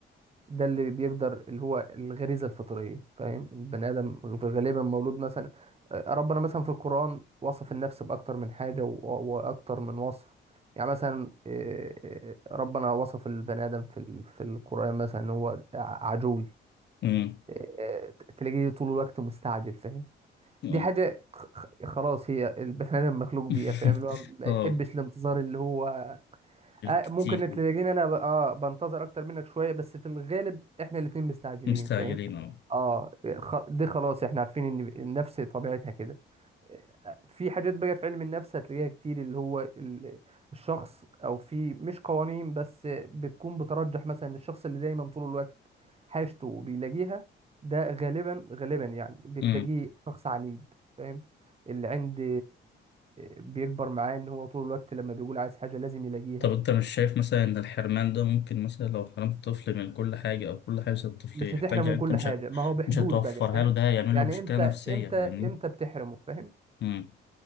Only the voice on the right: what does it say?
ده اللي بيقدر اللي هو الغريزة الفطرية فاهم البني آدم غالبا مولود مثلا آه، ربنا مثلا في القرآن وصف النفس بأكتر من حاجة و- وأكتر من وصف يعني مثلا آه، آه، ربنا وصف البني آدم في ال- في القرآن مثلا إن هو ع- عجول
آه، آه، تلاقيه طول الوقت مستعجل فاهم
دي حاجة خ- خ- خلاص هي البني آدم مخلوق
بيها فاهم اللي هو ما
يحبش الانتظار اللي هو آه،
ممكن تلاقيني انا ب... اه بنتظر اكتر منك شويه بس في الغالب احنا الاتنين مستعجلين
فاهم
اه خ... دي خلاص احنا عارفين ان النفس طبيعتها كده آه، في حاجات بقى في علم النفس هتلاقيها كتير اللي هو ال- الشخص او في مش قوانين بس بتكون بترجح مثلا الشخص اللي دايما طول الوقت حاجته وبيلاقيها ده غالبا غالبا يعني بتلاقيه
شخص عنيد فاهم اللي عند بيكبر معاه ان هو طول الوقت لما بيقول عايز حاجة لازم يلاقيها
مش
هتحرمه من
كل
حاجه
ما هو بحدود
بقى فاهم
يعني
امتى
امتى
امتى بتحرمه فاهم